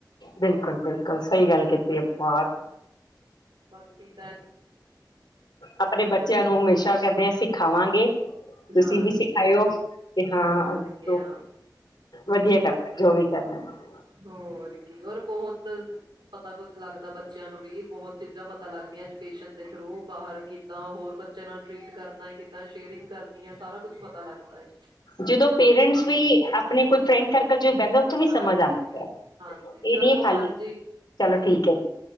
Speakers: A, on the left (about 75°); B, on the right (about 85°).
A: ਬਿਲਕੁਲ ਬਿਲਕੁਲ ਸਹੀ ਗੱਲ ਕੀਤ ਇਹ ਬਾਤ
B: ਬਸ ਫਰੀ ਦਾ ਹੈ।
A: ਆਪਣੇ ਬੱਚਿਆਂ ਨੂੰ ਹਮੇਸ਼ਾ ਕਹਿੰਦੇ ਆ ਸਿਖਾਵਾਂਗੇ। ਤੁਸੀਂ
B: ਹਾਂਜੀ
A: ਵੀ ਸਿਖਾਇਓ, ਕਿ ਹਾਂ
B: ਹੋਰ
A: ਅਗੇ
B: ਕਿਆ
A: ਤੋਂ ਵਧੀਆ ਕਰਨਾ ਜੋ ਵੀ ਕਰਨੇ ਆ।
B: ਹੋਰ ਕੀ ਹੋਰ ਬਹੁਤ ਪਤਾ ਕੁੱਝ ਲੱਗਦਾ ਬੱ ਬੱਚਿਆਂ ਨੂੰ ਵੀ ਬਹੁਤ ਚੀਜ਼ਾਂ ਪਤਾ ਲੱਗਦੀਆਂ ਐਜੂਕੇਸ਼ਨ ਦੇ ਥਰੂ ਬਾਹਰ ਕਿੱਦਾਂ ਹੋਰ ਬੱਚਿਆਂ ਨਾਲ ਟ੍ਰੀਟ ਕਰਨਾ ਕਿੱਦਾਂ ਸ਼ੇਅਰਿੰਗ ਕਰਨੀ ਹੈ ਸਾਰਾ ਕੁਛ ਪਤਾ ਲੱਗਦਾ ਹੈ।
A: ਜਦੋਂ ਪੇਰੈਂਟਸ ਵੀ ਆਪਣੇ ਕੋਈ ਫਰੈਂਡ ਸਰ ਲ ਬਹਿੰਦਾ ਉੱਥੋਂ ਵੀ
B: ਹਾਂਜੀ,
A: ਸਮਝ ਆਉਂਦੀ ਹੈ
B: ਹਾਂਜੀ ਚਲੋ
A: ਇਹ ਨੀ ਹੈ ਖਾਲੀ
B: ਹਾਂਜੀ
A: ਚਲੋ ਠੀਕ ਹੈ ਜੀ